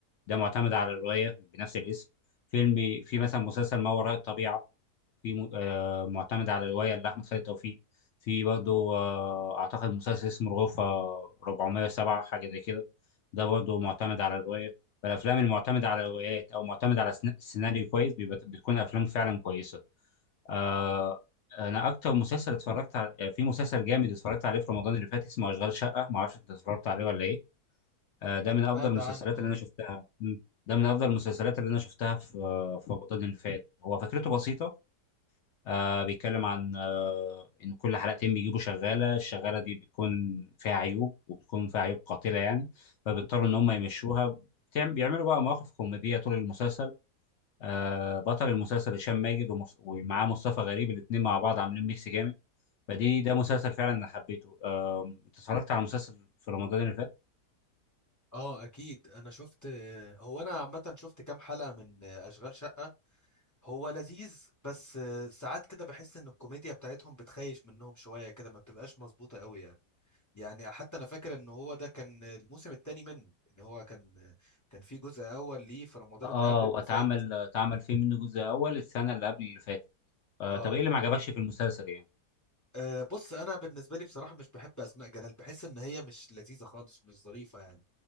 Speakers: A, on the left; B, on the left.
A: ده معتمد على الروايه بنفس الاسم فيلم في مثلا مسلسل ما وراء الطبيعه في م- آه، معتمد على رواية لأحمد خالد توفيق في برضه آه، أعتقد مسلسل اسمه الغرفة 407 حاجة زي كده ده برضه معتمد على الرواية فالأفلام المعتمدة على روايات أو معتمدة على سن- سيناريو كويس بيبقى بتكون أفلام فعلا كويسة آه، أنا أكتر مسلسل اتفرجت على في مسلسل جامد اتفرجت عليه في رمضان اللي فات اسمه أشغال شقة معرفش أنت اتفرجت عليه ولا إيه آه، ده من
B: سمعت
A: أفضل المسلسلات
B: عنه اه
A: اللي أنا شفتها مم. ده من أفضل المسلسلات اللي أنا شفتها في آه، في رمضان اللي فات هو فكرته بسيطة آه بيتكلم عن آه إن كل حلقتين بيجيبوا شغالة الشغالة دي بتكون فيها عيوب وبتكون فيها عيوب قاتلة يعني فبيضطروا إن هم يمشوها بتعم- بيعملوا بقى مواقف كوميدية طول المسلسل آه بطل المسلسل هشام ماجد ومص- ومعاه مصطفى غريب الاتنين مع بعض عاملين ميكس جامد فدي ده مسلسل فعلا أنا حبيته آه أنت اتفرجت على مسلسل في رمضان اللي فات؟
B: آه، اكيد انا شفت هو انا عامة شفت كام حلقة من اشغال شقة هو لذيذ بس آه، ساعات كده بحس ان الكوميديا بتاعتهم بتخيش منهم شويه كده ما بتبقاش مظبوطه قوي يعني يعني حتى انا فاكر ان هو ده كان الموسم الثاني منه ان هو كان كان في جزء اول ليه في رمضان
A: اه
B: اللي قبل اللي
A: واتعمل
B: فات
A: اتعمل فيه منه جزء أول السنة اللي قبل اللي فاتت آه
B: اه
A: طب إيه اللي ما عجبكش في المسلسل يعني؟
B: آه، بص انا بالنسبه لي بصراحه مش بحب اسماء جلال بحس ان هي مش لذيذه خالص مش ظريفه يعني